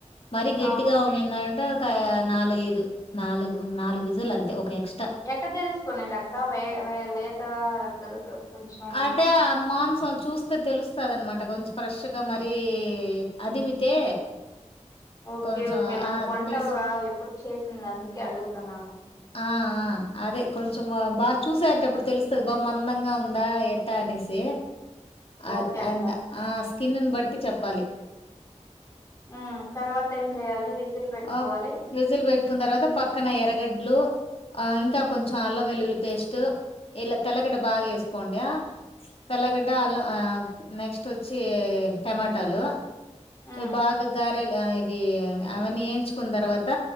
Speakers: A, on the left (about 50°); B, on the left (about 25°).
A: మరీ గట్టిగా
B: ఆ, ఓకే
A: ఉనిందింటే నాలుగైదు నాలుగు నాలుగు విజిల్ అంతే ఒక హెచ్
B: అట్ట తెలుసుకునేదక్క వే వే లే త గరు కొంచెం
A: అంటే ఆ మాంసం చూస్తే తెలుస్తదనమ అంట కొంచెం ఫ్రెష్గా మరీ అదిమితే
B: ఓకే
A: కొంచెం
B: ఓకే నాకు
A: ఆ!
B: వంటల్
A: తెలుసు.
B: రావు ఎప్పు చేసింది అందుకే, అడుగుతున్నాను
A: ఆ! ఆ! అదే కొంచెం బా చూసేటప్పుడు తెలుస్తుది బా మందంగా ఉందా ఎట్ట ఆనేసి అ
B: ఓకే అక్క.
A: అంద ఆ కిన్నని బట్టి చెప్పాలి
B: హ్మ్. తర్వాత ఏం జేయాలి? విజిల్ పెట్టుకోవాలి.
A: ఆ విజిల్ పెట్టుకున్న తర్వాత పక్కన ఎరగడ్ ఇంకా కొంచెం అల్లం వెల్లుల్లి పేస్ట్ ఇల తెల్లగడ్డ బాగా వేసుకోండి తెల్లగడ్డ అల్ల నెక్స్ట్ వచ్చి టమాటాలు
B: హ్మ్.
A: ఇవి బాగా గార ఇవి అవన్నీ వేయించుకున్న తర్వాత